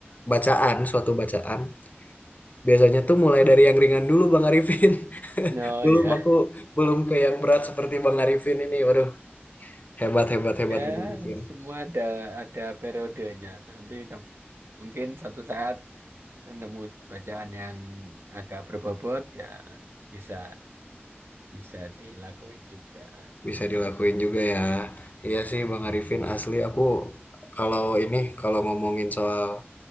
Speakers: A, on the left; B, on the right.
A: bacaan, suatu bacaan, biasanya tuh mulai dari yang ringan dulu Bang Arifin. <laughs>
B: Oh
A: Belum
B: ya.
A: aku belum ke yang berat seperti Bang Arifin ini. Waduh, hebat, hebat, hebat
B: Ya,
A: Bang Arifin.
B: semua ada ada periodenya. Nanti kap- mungkin satu saat nemu bacaan yang agak berbobot ya bisa bisa dilakuin juga. <laughs>
A: Bisa dilakuin juga ya. Iya sih Bang Arifin asli aku kalau ini kalau ngomongin soal